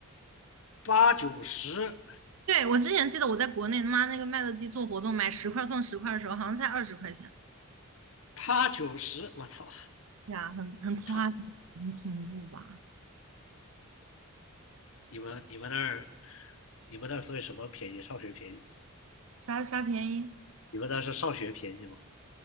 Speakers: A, on the left; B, on the right.
A: 八九十，
B: 对，我之前记得我在国内他妈那个麦乐鸡做活动买十块送十块的时候，好像才二十块钱。
A: 八九十，我操，
B: 对啊，很很夸张，
A: 操！
B: 很恐怖吧？
A: 你们你们那儿，你们那儿所以什么便宜？上学便宜？
B: 啥啥便宜？
A: 你们那是上学便宜吗？